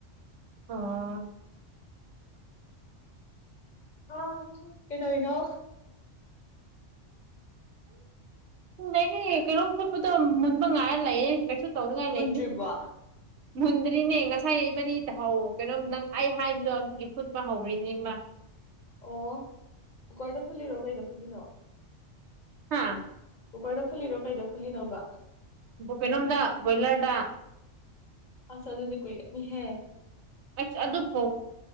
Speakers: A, on the right; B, on the left.
A: ꯑꯥ
B: ꯑ ꯍ ꯀꯗꯣꯅ
A: ꯎꯝ ꯑꯩꯅꯦ ꯀꯩꯅꯣꯝ ꯐꯨꯠꯄꯗꯣ ꯃꯨꯟꯕ ꯉꯥꯏꯔ ꯂꯩꯌꯦ ꯀꯩꯁꯨ ꯇꯧꯅꯤꯡꯉꯥꯏ
B: ꯃꯨꯟꯗ꯭ꯔꯤꯕꯣ
A: ꯂꯩꯗꯦ ꯃꯨꯟꯗ꯭ꯔꯤꯅꯦ ꯉꯁꯥꯏ ꯃꯅꯤꯗ ꯀꯩꯅꯣꯝ ꯅꯪ ꯑꯩ ꯍꯥꯏꯕꯗꯣ ꯑꯗꯨꯒꯤ ꯐꯨꯠꯄ ꯍꯧꯔꯤꯅꯤ ꯏꯃ
B: ꯑꯣ ꯀꯔꯗ ꯐꯨꯜꯂꯤꯔꯣ ꯀꯔꯤꯗ ꯐꯨꯜꯂꯤꯅꯣ
A: ꯍꯥꯥ
B: ꯀꯨꯀꯔꯗ ꯐꯨꯜꯂꯤꯔꯣ ꯀꯩꯗ ꯐꯨꯜꯂꯤꯅꯣꯕ
A: ꯀꯩꯅꯣꯝꯗ ꯕꯣꯏꯂꯔꯗ
B: ꯑꯁ ꯑꯗꯨ ꯑꯗꯨꯗꯤ ꯀꯣꯏ ꯅꯤ ꯍꯥꯏ
A: ꯑꯩꯁ ꯑꯗꯨ ꯐꯥꯎ